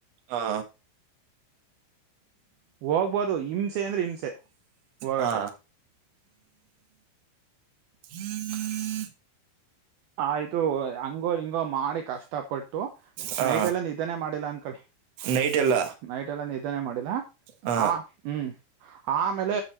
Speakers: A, on the right (about 60°); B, on the right (about 85°).
A: ಹಾ
B: ಹೋಗ್ಬೋದು ಹಿಂಸೆ ಅಂದ್ರೆ ಹಿಂಸೆ ಹೋಗಕ್ಕೆ
A: ಹಾ ಹ್ಮ್
B: ಆಯ್ತು ಹಂಗೋ ಹಿಂಗೋ ಮಾಡಿ ಕಷ್ಟಪಟ್ಟು
A: ಹಾ
B: ನೈಟ್ ಎಲ್ಲ ನಿಧಾನೇ ಮಾಡಿಲ್ಲ ಅನ್ಕಳ
A: ನೈಟ್ ಎಲ್ಲ
B: ನೈಟ್ ಎಲ್ಲ ನಿಧಾನೇ ಮಾಡಿಲ್ಲ
A: ಹ
B: ಆ ಹ್ಮ್ ಆಮೇಲೆ